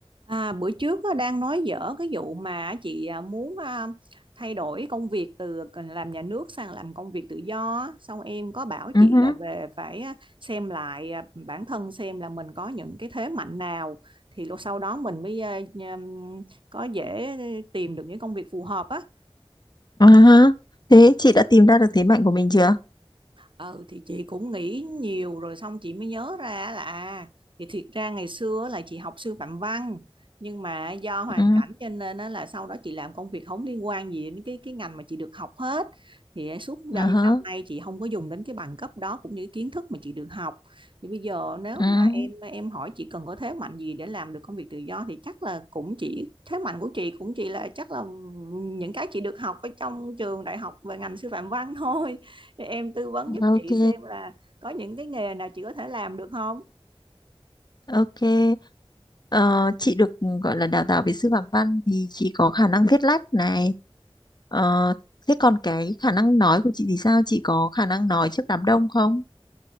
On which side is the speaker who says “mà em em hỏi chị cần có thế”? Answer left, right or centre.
Right